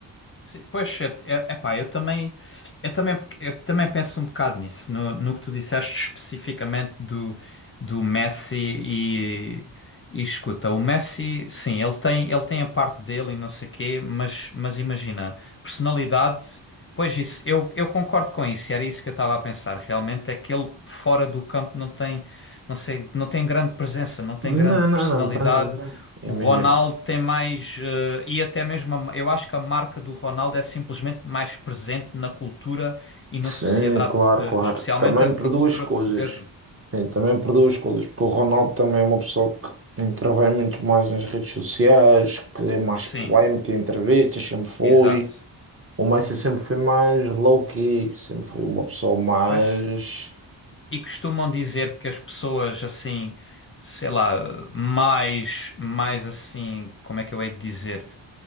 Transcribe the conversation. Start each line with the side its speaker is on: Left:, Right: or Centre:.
Left: sim, pois é, é, epá, eu também, eu também, eu também penso um bocado nisso, no, no que tu disseste especificamente do, do Messi e, e escuta, o Messi, sim, ele tem, ele tem a parte dele e não sei quê, mas, mas imagina, personalidade, pois isso, eu, eu concordo com isso, e era isso que eu estava a pensar, realmente é que ele fora do campo não tem, não sei, não tem grande presença, não tem
Right: Não,
Left: grande
Right: não,
Left: personalidade,
Right: não tem, não tem. Imagina.
Left: O Ronaldo tem mais. eh, e até mesmo. a ma- eu acho que a marca do Ronaldo é simplesmente mais presente na cultura e na
Right: Sim,
Left: sociedade,
Right: claro,
Left: de-
Right: claro.
Left: especialmente
Right: Também
Left: a, a
Right: por duas
Left: cultura
Right: coisas.
Left: portuguesa.
Right: Sim, também por duas coisas. Porque o Ronaldo também é uma pessoa que intervém muito mais nas redes sociais, que é mais
Left: Sim,
Right: polémica em entrevistas, sempre foi.
Left: exato.
Right: O Messi sempre foi mais low-key, sempre foi uma pessoa mais.
Left: Pois. E costumam dizer que as pessoas assim, sei lá, mais. Mais assim. Como é que eu hei de dizer?